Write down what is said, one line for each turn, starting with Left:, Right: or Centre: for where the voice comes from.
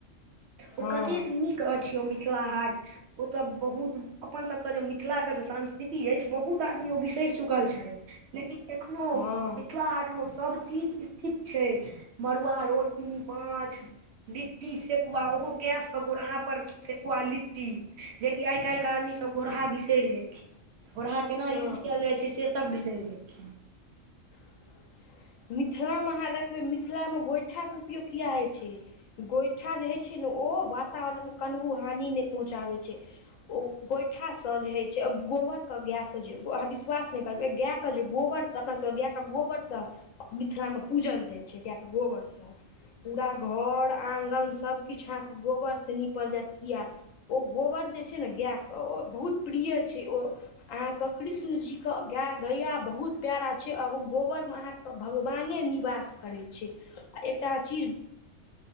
Right: ओ
Left: हँ
Right: कतेक नीक अछि ओ मिथिला हाट ओ तऽ बहुत अपन सभ कऽ जे मिथिला कऽ जे संस्कृति अछि बहुत आदमी ओ बिसैर चुकल छैथ लेकिन एखनो ओ
Left: हँ
Right: मिथिला हाट मऽ ओ सभ चीज स्थित छै मड़ुआ रोटी माछ लिट्टी सेकुआ ओहो गैस गोड़हा पर सेकुआ लिट्टी जेकी आइ काइल केँ आदमी सब गोड़हा बिसैर गेलखिन। गोरहा केना यूज
Left: हँ
Right: कैल जाइ छै से तक बिसैर गेलखिन
Left: <inaudible> मिथिला मऽ अहाँ देखबै मिथिला मऽ गोइठा कऽ उपयोग किया आइ छै। गोइठा जे होइ छै नऽ ओ वातावरण कनबो हानि नय पहुँचाबै छै। ओ गोइठासँ जे होइ छै गोबर कऽ गाएसँ जे अहाँ विश्वास नय करबै गाए कऽ जे गोबरसँ अपना सब गाए कऽ गोबरसँ मिथिलामे पूजल जाइ छै गाए कऽ गोबरसँ पूरा घर आंगन सभकिछ अहाँ कऽ गोबरसँ निपल जैत किया ओ गोबर जे छै नऽ गाए कऽ बहुत प्रिय छै ओ अहाँ कऽ कृष्ण जी कऽ गाए गैया बहुत प्यारा छै आ ओ गोबर मे अहाँ कऽ भगवाने निवास करै छै आ एकटा चीज